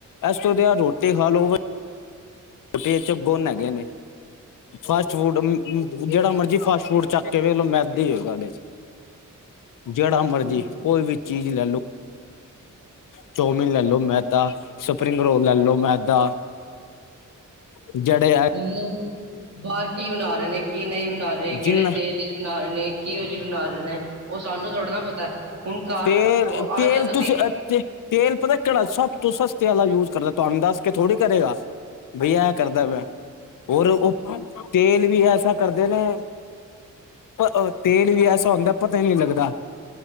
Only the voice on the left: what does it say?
ਐਸ ਤੋਂ ਵਧੀਆ ਰੋਟੀ ਖਾ ਲੋ ਰੋਟੀੇ ਏਚ ਗੂਨ ਹੈਗੇ ਨੇ, ਫਾਸਟ ਫੂਡ ਮ ਜੇੜਾ ਮਰਜੀ ਫਾਸਟ ਫੂਡ ਚੱਕ ਕੇ ਵੇਖ ਲੋ ਮੈਦਾ ਈ ਹੋਏਗਾ ਓਦੇ ਚ। ਜੇੜਾ ਮਰਜੀ
ਕੋਈ ਵੀ ਚੀਜ ਲੈ ਲੋ ਚੌਮਿਨ ਲੈਲੋ ਮੈਦਾ, ਸਪਰਿੰਗ ਰੋਲ ਲੈਲੋ ਮੈਦਾ। ਜਿਹੜੇ
ਜਿੰਨ
ਤੇਲ
ਤੇਲ
ਤੁਸੀਂ ਤੇ ਤੇਲ ਪਤਾ ਕੇੜਾ, ਸਭ ਤੋ ਸਸਤੇ ਆਲਾ ਯੂਜ਼ ਕਰਦੈ, ਤੂਆਨ ਦੱਸ ਕੇ ਥੋੜੀ ਕਰੇਗਾ ਬਈ
ਆ ਕਰਦਾ ਪੇਆ। ਔਰ ਓ ਤੇਲ ਵੀ ਐਸਾ ਕਰਦੇ ਨੇ, ਪ ਅ ਤੇਲ ਵੀ ਐਸਾ ਤਾ ਹੋਂਦਾ ਪਤਾ ਈ ਨੀ ਲਗਦਾ।